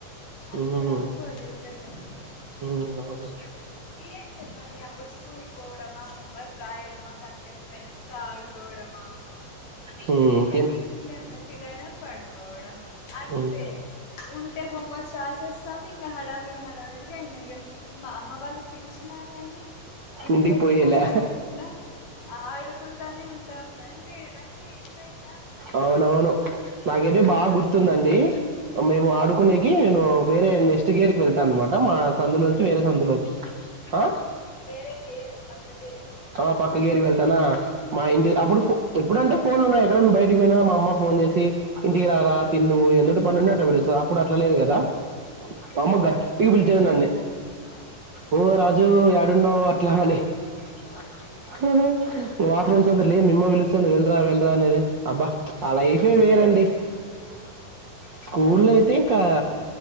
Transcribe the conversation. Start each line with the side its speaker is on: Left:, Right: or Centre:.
Left: అంతవరకు
Right: ఉమ్
Left: వదిలిపెట్టాం
Right: ఉమ్ అవును
Left: ఏం చెప్పండి అప్పుడు స్కూలికి పోవడమా హోం వర్క్ రాయడమా, కాసేపూ ఫ్రెండ్స్ తో ఆడుకోవడమా,
Right: ఉ
Left: ఇట్లేమన్నా తినడం పడుకోవడం అంతే
Right: ఉమ్
Left: ఉంటే హోమ్ వర్క్ క్లాసెస్స్తా ఇంగ హడావిడి హడావిడిగ ఇంగ గెంతు మా అమ్మ వాళ్ళు పిలీచిన గాని ఇంట్లోకి
Right: ఇంటికి పోయేలే
Left: పోకోకుండా ఆడుకుంట తనే ఉంటాం రండి రండి ఇంట్లకి
Right: అవునవును నాకైతే
Left: ఇంకా
Right: బాగా గుర్తుందండి. మేము ఆడుకునేకి ఉ వేరే నెక్స్ట్ గేర్ కి వెళ్తాను అనమాట మా సందులోంచి వేరే సందులోంచి ఆ
Left: వేర గేరు పక్క గేరు
Right: అ పక్క గేరి వెళ్తానా మా ఇంటి అప్పుడు ఇప్పుడుంటే ఫోన్లు ఉన్నాయీ ఎక్కడ బయటకి పోయినా మా అమ్మ ఫోన్ జేసి ఇంటికి రారా తిన్దువ్ ఎందుోటి పనుండి అట్లా పిలుస్తాదిఅప్పుడు అట్లా లేదు కదా
Left: ఉము
Right: మా అమ్మ గట్టిగా పిలిచేది నన్ని
Left: ఆ
Right: ఓ రాజు ఏడున్నావు అట్లా అనీ <unintelligible>
Left: ఓకే
Right: మీ అమ్మ విలుస్తంది వెల్రా వెల్రా అనేది అబ్బా ఆ లైఫే వేరండి
Left: ఆ
Right: స్కూల అయితే ఇంకా